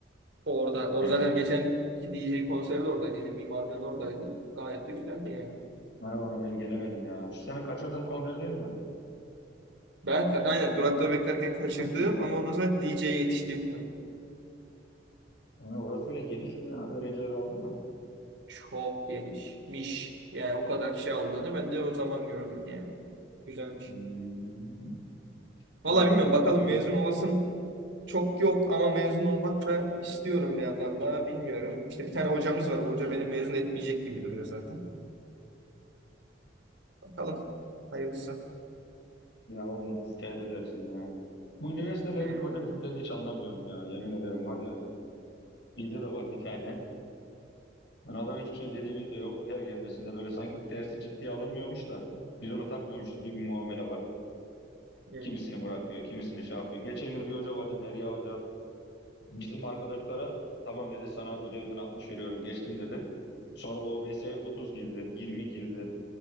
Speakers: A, on the right (about 80°); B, on the left (about 65°).
A: Orada. Orada
B: Aynen.
A: zaten geçen ki DJ konseri de oradaydı. Yine mimarlığın oradaydı. Gayet de güzeldi yani.
B: Ha, ona ben gelemedim ya. Şu sene kaçırdığın konser değil mi?
A: Ben ka- aynen durakta beklerken kaçırdığım
B: <laughs>
A: ama ondan sonra DJ'ye yetiştiğim kadar.
B: Ha, orası öyle geniş mi ya? Öğrenciler aldı mı?
A: Çok genişmiş. Yani o kadar kişi aldığını ben de o zaman gördüm yani. Güzelmiş.
B: Hmm.
A: Valla
B: Valla
A: bilmiyorum
B: kanka
A: bakalım
B: bu
A: mezun
B: yıl
A: olasım çok yok ama mezun olmak da istiyorum bir yandan da bilmiyorum. İşte bir tane hocamız var. O hoca beni mezun etmeyecek gibi duruyor zaten. Bakalım. Hayırlısı.
B: ya olmadı şikayet edersin ya. Bu üniversitelerdeki
A: Hı,
B: hoca triplerini hiç anlamıyorum ya. Yemin ederim var ya. Bizde de var bir tane. Yani adam hiçbir şey dediğimiz de yok. Her gelmesinde böyle sanki dersi ciddiye alınmıyormuş da biz onu takmıyormuşuz gibi bir muamele var.
A: hı.
B: Kimisini bırakıyor, kimisini şey yapıyor. Geçen yıl bir hoca vardı Derya Hoca. Bizim arkadaşlara tamam dedi sana ödevinden 60 veriyorum geçtin dedi. Sonra o OBS'ye 30 girdi, 20 girdi.